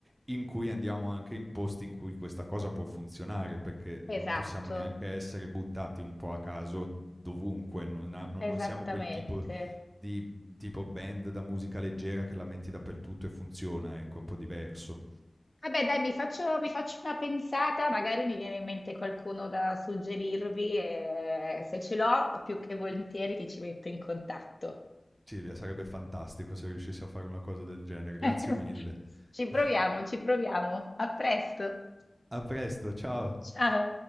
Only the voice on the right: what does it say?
in cui andiamo anche in posti in cui questa cosa può funzionare, perché
non possiamo neanche essere buttati un po' a caso dovunque, non, ha- non-
non siamo quel tipo di tipo band da musica leggera che la metti dappertutto e funziona, ecco, è un po' diverso.
Silvia, sarebbe fantastico se riuscissi a fare una cosa del genere, grazie
mille.
<laughs>
A presto, ciao.